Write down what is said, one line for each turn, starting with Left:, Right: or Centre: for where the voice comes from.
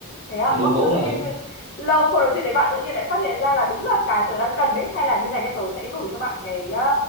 Left: Thế ạ,
Right: cái đồ
Left: ôi
Right: gỗ
Left: nhưng mà tự
Right: mà
Left: nhiên
Right: ừ, thì-
Left: lâu không nói chuyện với bạn tự nhiên lại phát hiện ra là đúng là cái tớ đang cần đấy hay là như này nhá tớ sẽ gửi cho bạn cái ờ,